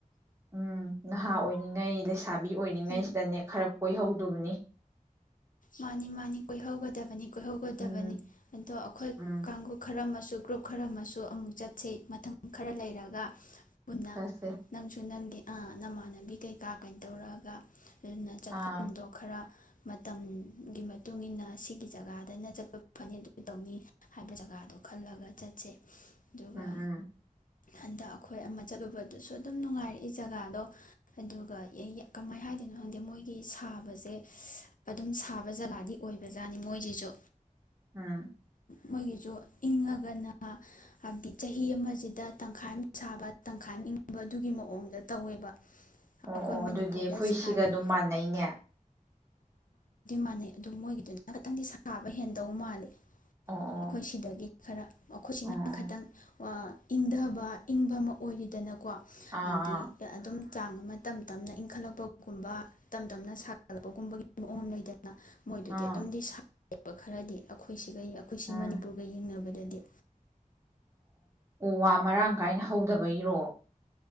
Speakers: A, on the right; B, on the left.
A: ꯎꯝ ꯅꯍꯥ ꯑꯣꯏꯔꯤꯉꯩ ꯂꯩꯁꯥꯕꯤ ꯑꯣꯏꯔꯤꯉꯩ
B: ꯎꯝ
A: ꯁꯤꯗ ꯈꯔ ꯀꯣꯏꯍꯧ ꯗꯧꯕꯅꯤ
B: ꯃꯅꯤ ꯃꯅꯤ ꯀꯣꯏꯍꯧꯒꯗꯧꯕꯅꯤ ꯀꯣꯏꯍꯧꯒꯗꯕꯅꯤ
A: ꯎꯝ
B: ꯑꯗꯣ ꯑꯩꯈꯣꯏ
A: ꯎꯝ
B: ꯀꯥꯡꯒꯨ ꯈꯔ ꯃꯁꯨ ꯈꯔꯃꯁꯨ ꯑꯃꯨꯛ ꯆꯠꯁꯦ ꯃꯇꯝ ꯈꯔ ꯂꯩꯔꯒ ꯄꯨꯟꯅ
A: ꯆꯠꯁꯦ
B: ꯅꯪꯁꯨ ꯅꯪꯒꯤ ꯅꯃꯥꯟꯅꯕꯤ ꯀꯩꯀꯥ ꯀꯩꯗꯧꯔꯛꯑꯒ ꯑꯗꯨꯅ ꯆꯠꯐꯝꯗꯣ
A: ꯑꯥ
B: ꯈꯔ ꯃꯇꯝ ꯒꯤ ꯃꯇꯨꯡ ꯏꯟꯅ ꯁꯤꯒꯤ ꯖꯒꯥꯗꯅ ꯆꯠꯄ ꯐꯅꯤ ꯑꯗꯨ ꯇꯧꯅꯤ ꯍꯥꯏꯕ ꯖꯒꯥꯗꯣ ꯈꯜꯂꯒ ꯆꯠꯁꯦ ꯑꯗꯨꯒ
A: ꯎꯝ ꯎꯝ
B: ꯍꯟꯗꯛ ꯑꯩꯈꯣꯏ ꯑꯃ ꯆꯠꯂꯨꯕ ꯗꯨꯁꯨ ꯑꯗꯨꯝ ꯅꯨꯉꯥꯏꯔꯛ ꯏ ꯖꯥꯒꯥꯗꯣ ꯒꯗꯨꯒ ꯀꯃꯥꯏ ꯍꯥꯏꯗꯣꯏꯅꯣ ꯈꯪꯗꯦ ꯃꯣꯏꯒꯤ ꯁꯥꯕꯖꯦ ꯑꯗꯨꯝ ꯁꯥꯕ ꯖꯥꯒ ꯗꯤ ꯑꯣꯏꯕ ꯖꯥꯠꯅꯤ ꯃꯣꯏꯖꯤꯖꯨ
A: ꯎꯝ
B: ꯃꯣꯏꯒꯤꯖꯨ ꯏꯪꯉꯒꯅ ꯆꯍꯤ ꯑꯃꯖꯤꯗ ꯇꯪꯈꯥꯏ ꯑꯃ ꯁꯥꯕ ꯇꯪꯈꯥꯏ ꯑꯃ ꯏꯪꯕ ꯑꯗꯨꯒꯤ ꯃꯑꯣꯡꯗ ꯇꯧꯋꯦꯕ
A: ꯑꯣ
B: ꯑꯩꯈꯣꯏ
A: ꯑꯣ
B: ꯃꯅꯤꯄꯨꯔꯗ
A: ꯑꯗꯨꯗꯤ ꯑꯩꯈꯣꯏ
B: ꯁꯥꯔꯤꯕ
A: ꯁꯤꯒ ꯗꯨꯝ ꯃꯥꯅꯩꯅꯦ
B: ꯃꯥꯅꯩ ꯑꯗꯣ ꯃꯣꯏꯒꯤꯗꯨꯅ ꯈꯤꯇꯪꯗꯤ ꯁꯥꯕ ꯍꯦꯟꯗꯧ ꯃꯥꯜꯂꯦ
A: ꯑꯣ ꯑꯣ
B: ꯑꯈꯣꯏ ꯁꯤꯗꯒꯤ ꯈꯔ ꯑꯈꯣꯏꯁꯤꯅ
A: ꯑꯥ
B: ꯈꯩꯇꯪ ꯑꯑ ꯏꯙꯕ ꯏꯪꯕꯃ ꯑꯣꯏꯔꯤꯗꯅ ꯀꯣ
A: ꯑꯥ
B: ꯍꯥꯏꯕꯗꯤ
A: ꯑꯥ
B: ꯑꯗꯨꯝ ꯆꯥꯡ ꯑꯃ ꯇꯞ ꯇꯞꯅ ꯏꯪꯈꯠꯂꯛꯄ ꯒꯨꯝꯕ ꯇꯞꯇꯞꯅ ꯁꯥꯚꯠꯂꯛꯄ ꯒꯨꯝꯕꯒꯤ ꯃꯋꯣꯡ ꯑꯃ ꯂꯩꯗꯅ ꯃꯣꯏꯗꯨꯗꯤ
A: ꯑꯥ
B: ꯑꯗꯨꯝꯗꯤ ꯁꯥꯏ <inaudible> ꯑꯗꯩ ꯑꯩꯈꯣꯏ ꯁꯤ
A: ꯑꯥ
B: ꯃꯅꯤ ꯄꯨꯔ ꯒ ꯌꯦꯡꯅꯕꯗ <unintelligible>
A: ꯎ ꯋꯥ ꯃꯔꯥꯪ ꯀꯥꯏꯟ ꯍꯧꯗꯕꯩꯔꯣ